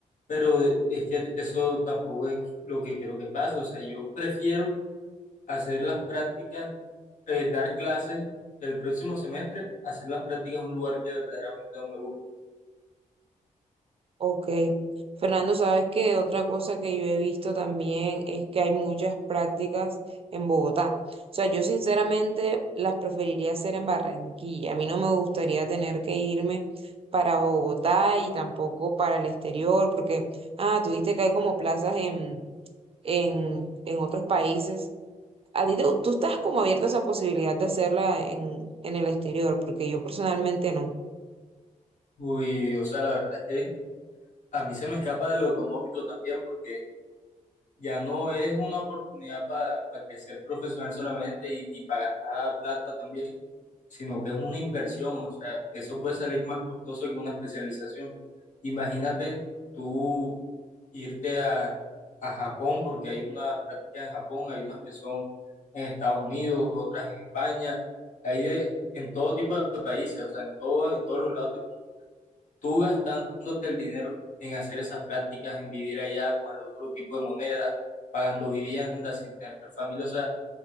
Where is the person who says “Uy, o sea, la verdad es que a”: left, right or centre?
Left